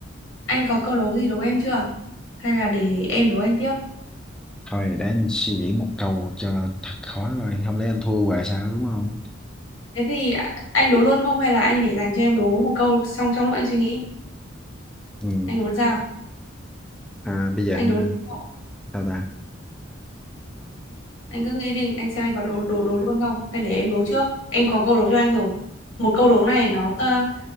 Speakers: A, on the left; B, in the centre.
A: anh có câu đố gì đố em chưa hay là để em đố anh tiếp
B: thôi để anh suy nghĩ một câu cho thật khó rồi không lẽ anh thua hoài sao đúng không
A: thế thì a- anh đố luôn không hay là anh để dành cho em đố một câu xong trong lúc anh suy nghĩ
B: ừ
A: anh muốn sao
B: À, bây giờ
A: anh
B: anh
A: đố luôn không?
B: sao ta
A: anh cứ nghĩ đi anh xem anh có đố đố đố luôn không hay để em đố trước em có câu đố cho anh rồi một câu đố này nó ờ,